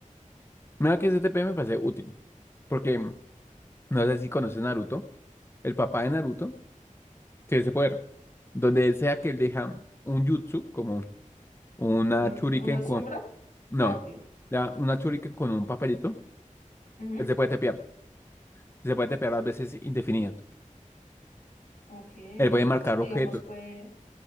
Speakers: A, on the left; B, on the left.
A: Mira que ese TP me parece útil. Porque no sé si conoces Naruto. El papá de Naruto tiene ese poder. Donde él sea que él deja un jutsu, como una
B: Un-
A: shuriken
B: una
A: con...
B: sombra.
A: No,
B: Ah, ok.
A: la- una shuriken con un papelito,
B: Ujú,
A: él se puede tepear. Se puede tepear a veces indefinidas.
B: Ok, entonces
A: Él puede marcar
B: digamos
A: objetos.
B: puede,